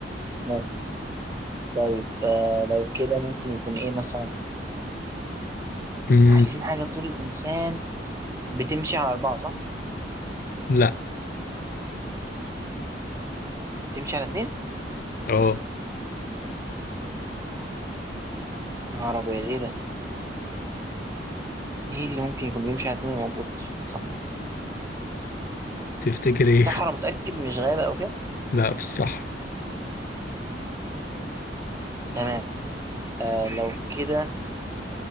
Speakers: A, on the right; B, on the left.
A: ماشي. طيب آه، لو كده ممكن يكون ايه مثلا
B: امم
A: عايزين حاجة طول الإنسان بتمشي على أربعة صح؟
B: لا
A: بتمشي على اتنين؟
B: اه
A: نهار أبيض ايه ده؟ ايه اللي ممكن يكون بيمشي على اتنين موجود؟ صح
B: تفتكر ايه
A: الصحراء متأكد مش غابة أو كده؟
B: لا في الصحراء
A: تمام آه لو كده